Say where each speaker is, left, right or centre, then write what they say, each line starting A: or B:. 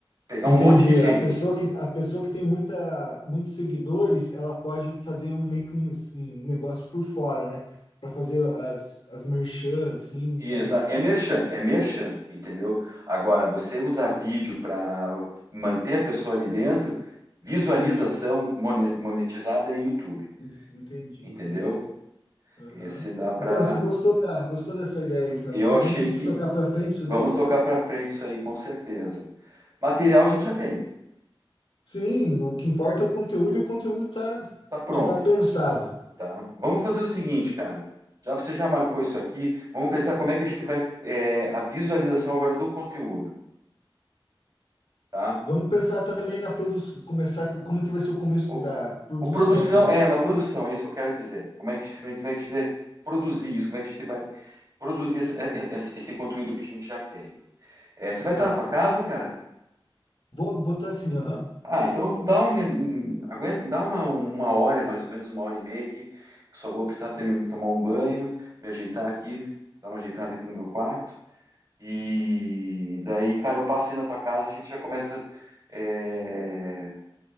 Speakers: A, on the right (about 45°); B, on the left (about 70°).
A: pegar
B: Entendi.
A: um monte de gente.
B: A pessoa que, a pessoa que tem muita, muitos seguidores, ela pode fazer um, meio que um, um negócio por fora, né? Para fazer as, as merchan, assim,
A: E
B: né?
A: exa- é merchan, é merchan, entendeu? Agora, você usar vídeo para manter a pessoa ali dentro, visualização
B: Entendi.
A: mone- monetizada é YouTube,
B: En- Entendi,
A: entendeu?
B: entendi. Aham.
A: Esse dá para.
B: Então, você gostou da, gostou dessa ideia, então,
A: Eu
B: né?
A: achei
B: Vamos
A: que.
B: tocar para frente isso
A: Vamos
B: daí?
A: tocar para frente isso aí, com certeza. Material a gente já tem,
B: Sim, o que importa é o conteúdo, e o conteúdo tá,
A: tá pronto.
B: já está pensado.
A: Tá? Vamos fazer o seguinte, cara. Já você já marcou isso aqui. Vamos pensar como é que a gente vai é, a visualização agora do conteúdo, tá?
B: Vamos pensar também na produção, começar com como que vai ser o começo
A: O,
B: da produção,
A: o produção é na produção, é isso que eu quero dizer. Como é que, se- como é que a gente vai produzir isso? Como é que a gente vai produzir esse, é, é, esse- esse conteúdo que a gente já tem? É, você vai estar
B: tá?
A: na tua casa, cara?
B: Vou botar assim, aham.
A: Ah, então dá um, min- aguenta, dá uma, uma hora, mais ou menos uma hora e meia aqui. Eu só vou precisar terminar, tomar um banho, me ajeitar aqui, dar uma ajeitada aqui no meu quarto. E daí, cara, eu passei na tua casa, a gente já começa é,